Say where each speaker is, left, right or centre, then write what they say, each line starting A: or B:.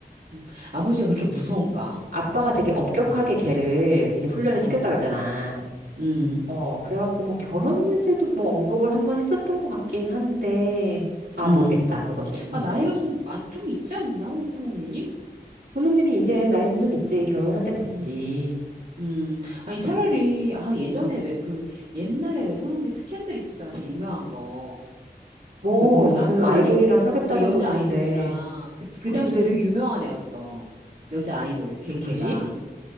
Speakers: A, on the right (about 65°); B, on the right (about 75°).
A: 응. 아버지가 그렇게 무서운가?
B: 아빠가 되게 엄격하게 걔를 이제 훈련을
A: 어,
B: 시켰다 그러잖아.
A: 응,
B: 어, 그래갖고 뭐 결혼 문제도 뭐 언급을 한번 했었던 것 같긴 한데, 아,
A: 응.
B: 모르겠다, 그거는. 응.
A: 아, 나이가 좀, 많, 좀 있지 않나, 손흥민이?
B: 손흥민이 이제 나이는 좀 있지. 결혼할 때 됐지.
A: 음, 음. 아니, 차라리, 아, 예전에
B: 응.
A: 왜 그, 옛날에 왜 손흥민 스캔들 있었잖아, 되게 유명한 거.
B: 뭐,
A: 저 모르나?
B: 무슨
A: 그,
B: 아이돌이랑
A: 여, 어,
B: 사귀었다는
A: 여자
B: 건 들은데,
A: 아이돌이랑, 그, 그
B: 그,
A: 당시
B: 근데
A: 되게 유명한 애였어. 여자 아이돌이, 걔,
B: 누구지?
A: 걔가.